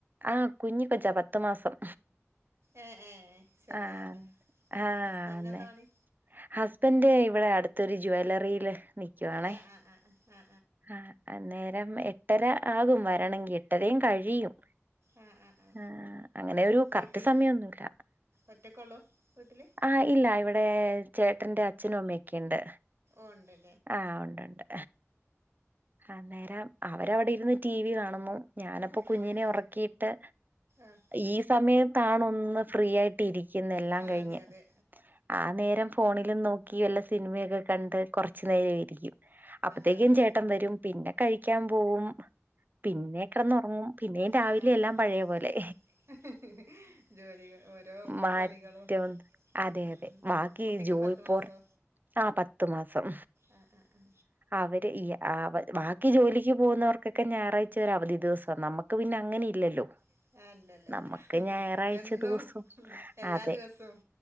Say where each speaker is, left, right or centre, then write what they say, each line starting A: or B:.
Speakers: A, on the right (about 40°); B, on the right (about 65°).
A: ആഹ് കുഞ്ഞിക്കൊച്ച പത്തു മാസം.
B: ഏഹ് ഏഹ് ചെറിയതാ
A: ആഹ് ആഹ്
B: ഹസ്ബന്റിനെന്താ
A: അന്നെ
B: പണി?
A: ഹസ്ബൻഡ് ഇവിടെ അടുത്തൊരു ജ്വല്ലറില് നി ക്കുവാണേ.
B: ഏ ആ ആ ആ ആ
A: ആഹ് അന്നേരം എട്ടര ആകും വരണെങ്കി. എട്ടരേം കഴിയും.
B: ആ ആ ആ ആ
A: ആഹ് അങ്ങനെ ഒരു കറക്റ്റ്
B: വീട്ടിൽ
A: സമയൊന്നുല്ല.
B: ഒറ്റക്കുള്ളൂ വീട്ടിൽ
A: ആഹ് ഇല്ല ഇവിടെ ചേട്ടന്റെ അച്ഛനും അമ്മയൊക്കെണ്ട്.
B: ഒണ്ട്.
A: ആഹ് ഒണ്ടോണ്ട്. അന്നേരം അവരവിടിരുന്ന് ടി വി കാണുന്നു ഞാനപ്പൊ കുഞ്ഞിനെ
B: ഓ ഓ
A: ഒറക്കിട്ട്
B: ആ
A: ഈ സമയത്താണൊന്ന് ഫ്രീയായിട്ടിരിക്കുന്നെ എല്ലാം
B: ആ
A: കഴിഞ്ഞ്.
B: അതെ അതെ
A: ആ നേരം ഫോണിലും നോക്കി വെല്ല സിനിമയെക്ക കണ്ട് ഇച്ചിര് നേരോരിക്കും. അപ്പത്തേക്കും
B: ആ ആ
A: ചേട്ടൻ വരും പിന്നെ കഴിക്കാൻ പോവും പിന്നെ കെടന്നൊറങ്ങും. പിന്നേം രാവിലെയെല്ലാം
B: പിന്നെ
A: പഴെപോലെ.
B: പോലെ ജോലികൾ ഓരോ
A: മറ്റൊ
B: പണികളും
A: അതെയതെ
B: ഉം ഉം
A: മ
B: കുട്ടിക്ക്
A: ഈ ജോയിപ്പോർ
B: പത്ത് മാസോ
A: ആഹ് പത്ത് മാസ സം
B: ആ ആ ആ
A: അവര് ഈ അവ ബാക്കി ജോലിക്ക് പോകുന്നവർക്കെക്കെ ഞാറാഴ്ച ച ഒരു അവധി ദിവസാ. നമ്മക്ക് പിന്നെ അങ്ങനെ ഇല്ലല്ലോ.
B: ആ അല്ലല്ലല്ല
A: നമ്മക്ക് ഞായറാഴ്ച
B: എന്നും
A: ദിവസം
B: എല്ലാ
A: അതെ
B: ദിവസവും